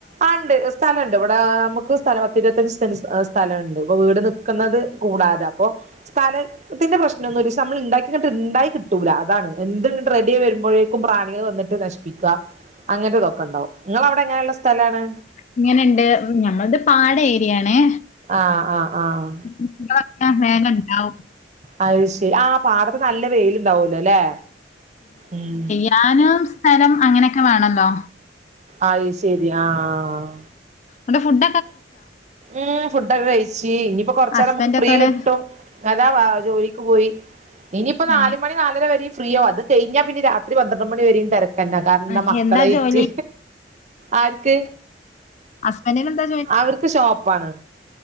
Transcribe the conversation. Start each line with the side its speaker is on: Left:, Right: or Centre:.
Right: ആണ്ട് സ് സ്ഥലണ്ട് ഇവിടെ നമുക്ക് സ്ഥലം പത്തി ഇരുപത്തഞ്ച് സെന്റ് സ്ഥലണ്ട് ഇപ്പൊ വീട് നിക്കുന്നത് കൂടാതെ അപ്പൊ. സ്ഥല. ഇതിന്റെ പ്രശ്നൊന്നുംല്ല ഷെ നമ്മൾ ഇണ്ടാക്കികിട്ട് ഇണ്ടായി കിട്ടൂല അതാണ് എന്ത് റെഡിയായി വരുമ്പോഴേക്കും പ്രാണികള് വന്നിട്ട് നശി അങ്ങനത്തെ ഇതൊക്കെ ഉണ്ടാവും നിങ്ങളവിടെ എങ്ങനെള്ള സ്ഥലാണ്
Left: ഇങ്ങനെുണ്ട് ഞമ്മളത് പാട ഏരിയണേ
Right: ആഹ് ആഹ് ആഹ്
Left: ഇക്ക വേഗ ണ്ടാവ
Right: അത് ശരി ആഹ് പാടത്ത് നല്ല വെയിൽ ഉണ്ടാവിലോലെ ഉം
Left: ദാനം സ്ഥലം അങ്ങനെക്കെ വേണല്ലോ
Right: ആയിശരി ആഹ്
Left: ന്നട്ട് ഫുഡ്
Right: ഉം ഫുഡൊക്കെ കഴിച്ചി ഇനിയിപ്പോ കൊറച്ച
Left: ഹസ്ബൻഡ്
Right: നേരം നമുക്ക് ഫ്രീ
Left: ഒക്കെ എവിടെ
Right: കിട്ടും നതാ വാ ജോലിക്ക് പോയി ഇനിയിപ്പോ നാല
Left: ഏഹ്
Right: മണി നാലര വരെയും ഫ്രീയാവും അത് കഴിഞ്ഞാ പിന്നെ രാത്രി പന്ത്രണ്ട് മണി വരെയും തിരക്ക് തന്ന കാരണം എൻ്റെ
Left: ഏഹ്
Right: മക്കളെയ്റ്റ്
Left: എന്താ ജോലി
Right: ആർക്ക്
Left: ഹസ്ബന്റിനെന്താ
Right: അവർക്ക് ഷോപ്പാണ്